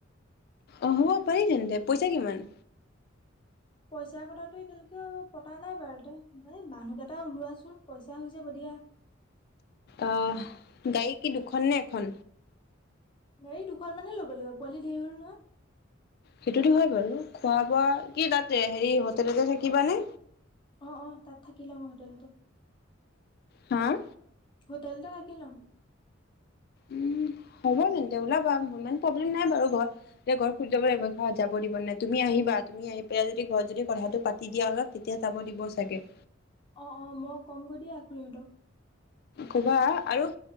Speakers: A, on the left (about 50°); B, on the left (about 25°).
A: অ হব পাৰি তেন্তে, পইচা কিমান?
B: পইচাৰ কথাটো এতিয়ালৈকে পতা নাই বাৰুতে, এ মানুহকেইটা ওলোৱাচোন, পইচা হৈ যাব দিয়া।
A: আ'হ, গাড়ী কি দুখন নে এখন?
B: গাড়ী দুখন মানে ল'ব লাগিব পোৱালি ধেয়ি হ'ল নহয়।
A: সেইটো হয় বাৰু, খোৱা-বোৱা, কি তাতে হেৰি হোটেলতে থাকিবা নে?
B: অঁ অঁ তাত থাকি লম হোটেলতে।
A: হাঁ'?
B: হোটেলতে থাকি লম।
A: উ', হ'ব তেন্তে উলাবা ইমান প্ৰব্লেম নাই বাৰু ঘৰত। যে ঘৰত সুইত যাব লাগিব ঘৰত যাব দিব নে নাই? তুমি আহিবা, তুমি আহি পেলাই যদি ঘৰত যদি কথাটো পাতি দিয়া অলপ তেতিয়া যাব দিব চাগে!
B: অ-অ মই কমগৈ দিয়া খুড়িহতক।
A: কবা আৰু